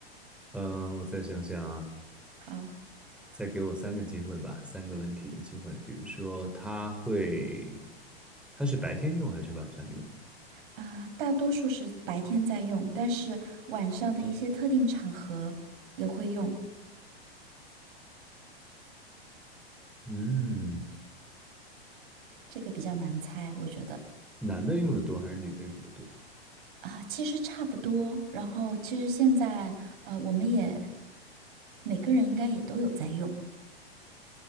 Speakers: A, in the centre; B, on the right (about 55°).
A: 呃，我再想想啊，
B: 好
A: 再给我三个机会吧，三个问题的机会。比如说，它会，它是白天用还是晚上用？
B: 啊，大多数是白天在用，但是晚上的一些特定场合也会用。
A: 嗯，
B: 这个比较难猜，我觉得
A: 男的用的多还是女的用的多？
B: 啊，其实差不多。然后其实现在呃，我们也每个人应该也都有在用，